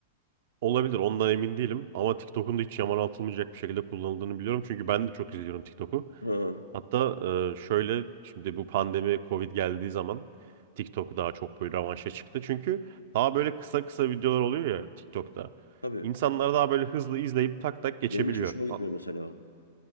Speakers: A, on the right; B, on the left.
A: Olabilir ondan emin değilim ama TikTok'un da hiç yamana atılmayacak bir şekilde kullanıldığını biliyorum. Çünkü ben de çok izliyorum TikTok'u.
B: Ha.
A: Hatta e, şöyle şimdi bu pandemi Covid geldiği zaman TikTok daha çok böyle revanşa çıktı. Çünkü daha böyle kısa kısa videolar oluyor ya TikTok'ta.
B: Tabii.
A: İnsanlar daha böyle hızlı izleyip tak tak geçebiliyor.
B: Benim hiç hoşuma gitmiyor
A: A-
B: mesela. o.